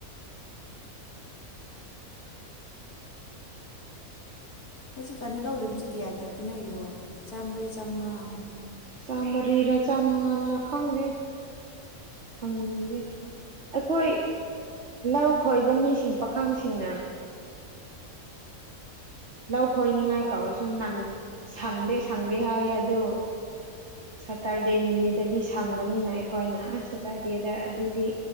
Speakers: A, on the left; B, on the right.
A: ꯍꯧꯖꯤꯛꯀꯥꯟꯅꯤ ꯂꯧꯂꯤꯕꯁꯦ ꯀꯌꯥ ꯀꯌꯥ ꯄꯤꯅꯔꯤꯔꯣ ꯆꯥꯝꯃꯔꯤ ꯆꯥꯝꯃꯉꯥ
B: ꯆ ꯃꯔꯤꯔ ꯆꯥ ꯃꯉꯥꯔ ꯈꯪꯒꯦ ꯍꯪꯈꯤꯒꯦ ꯑꯩꯈꯣꯏ ꯂꯧ ꯈꯣꯏꯕ ꯃꯤꯁꯤꯡ ꯄꯥꯈꯪꯁꯤꯡꯅ ꯂꯧ ꯈꯣꯏꯅꯤꯡꯉꯥꯏ ꯀꯧꯔꯁꯨ ꯁꯪꯗꯦ ꯁꯪꯗꯦ ꯍꯥꯏꯌꯦ ꯑꯗꯨ ꯁꯇꯔꯗꯦ ꯅꯨꯃꯤꯠꯇꯗꯤ ꯁꯪꯕꯅꯤꯅ ꯑꯩꯈꯣꯏꯅ ꯁꯇꯔꯗꯦꯗ ꯑꯗꯨꯗꯤ